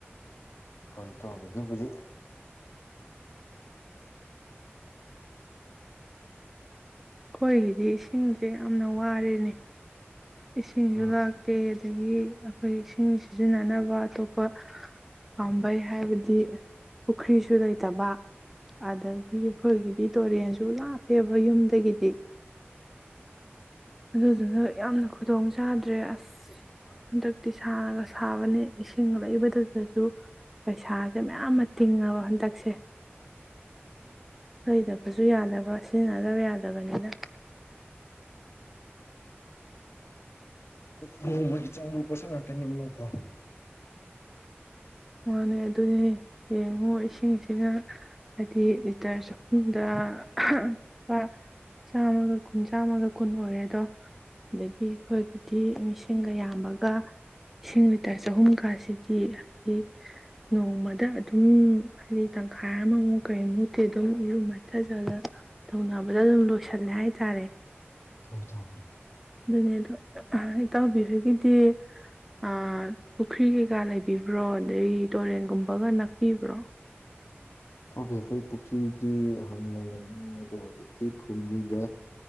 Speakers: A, on the left; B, in the centre.
A: ꯍꯣꯏ ꯇꯥꯎꯕꯤ ꯑꯗꯨꯕꯨꯗꯤ
B: ꯑꯩꯈꯣꯏꯒꯤꯗꯤ ꯏꯁꯤꯡꯖꯦ ꯌꯥꯝꯅ ꯋꯥꯔꯦꯅꯦ ꯏꯁꯤꯡꯖꯨ
A: ꯎꯝ
B: ꯂꯥꯛꯇꯦ ꯑꯗꯒꯤ ꯑꯩꯈꯣꯏ ꯏꯁꯤꯡ ꯁꯤꯖꯤꯟꯅꯅꯕ ꯑꯇꯣꯞꯄ ꯄꯥꯝꯕꯩ ꯍꯥꯏꯕꯗꯤ ꯄꯨꯈ꯭ꯔꯤꯁꯨ ꯂꯩꯇꯕ ꯑꯗꯒꯤ ꯑꯩꯈꯣꯏꯒꯤꯗꯤ ꯇꯨꯔꯦꯟꯁꯨ ꯂꯥꯞꯄꯦꯕ ꯌꯨꯝꯗꯒꯤꯗꯤ ꯑꯗꯨꯗꯨꯅ ꯌꯥꯝꯅ ꯈꯨꯗꯣꯡ ꯆꯥꯗ꯭ꯔꯦ ꯑꯁ ꯍꯟꯗꯛꯇꯤ ꯁꯥꯒ ꯁꯥꯕꯅꯤ ꯏꯁꯤꯡ ꯂꯩꯕꯗꯨꯗꯁꯨ ꯄꯩꯁꯥꯁꯦ ꯃꯌꯥꯝ ꯑꯃ ꯇꯤꯡꯉꯕ ꯍꯟꯗꯛꯁꯦ ꯂꯩꯗꯕꯁꯨ ꯌꯥꯗꯕ ꯁꯤꯖꯤꯟꯅꯗꯕ ꯌꯥꯗꯕꯅꯤꯅ
A: ꯅꯣꯡꯃꯒꯤ ꯆꯪꯕ ꯄꯣꯠꯁꯛ ꯉꯥꯛꯇꯅꯤꯅꯀꯣ
B: ꯃꯥꯅꯦ ꯑꯗꯨꯅꯤ ꯌꯦꯡꯉꯣ ꯏꯁꯤꯡꯁꯤꯅ ꯍꯥꯏꯗꯤ ꯂꯤꯇꯔ ꯆꯍꯨꯝꯗ ꯂꯨꯄꯥ ꯆꯥꯝꯃꯒ ꯀꯨꯟ ꯆꯥꯝꯃꯒ ꯀꯨꯟ ꯑꯣꯏꯔꯦ ꯑꯗꯣ ꯑꯗꯒꯤ ꯑꯩꯈꯣꯏꯒꯤꯗꯤ ꯃꯤꯁꯤꯡꯒ ꯌꯥꯝꯕꯒ ꯏꯁꯤꯡ ꯂꯤꯇꯔ ꯆꯍꯨꯝꯒꯁꯤꯗꯤ ꯍꯥꯏꯗꯤ ꯅꯣꯡꯃꯗ ꯑꯗꯨꯝ ꯍꯥꯏꯗꯤ ꯇꯪꯈꯥꯏ ꯑꯃꯃꯨꯛ ꯀꯔꯤꯃꯨꯠꯇꯤ ꯑꯗꯨꯝ ꯏꯔꯨ ꯃꯥꯏꯊꯖꯕꯗ ꯇꯧꯅꯕꯗ ꯑꯗꯨꯝ ꯂꯣꯏꯁꯤꯜꯂꯦ ꯍꯥꯏꯇꯥꯔꯦ
A: ꯍꯣꯏ ꯏꯇꯥꯎꯕꯤ
B: ꯑꯗꯨꯅꯦ ꯑꯗꯣ ꯏꯇꯥꯎꯕꯤꯕꯒꯤꯗꯤ ꯑꯥ ꯄꯨꯈ꯭ꯔꯤ ꯀꯩꯀꯥ ꯂꯩꯕꯤꯕ꯭ꯔꯣ ꯑꯗꯩ ꯇꯣꯔꯦꯟꯒꯨꯝꯕꯒ ꯅꯛꯄꯤꯕ꯭ꯔꯣ
A: ꯏꯇꯥꯎꯕꯤ ꯑꯩꯈꯣꯏ ꯄꯨꯈ꯭ꯔꯤꯗꯤ ꯍꯥꯟ ꯂꯩꯔꯝꯃꯤ ꯑꯗꯣ ꯍꯧꯖꯤꯛꯇꯤ ꯐꯨꯝꯖꯟꯒꯔꯦ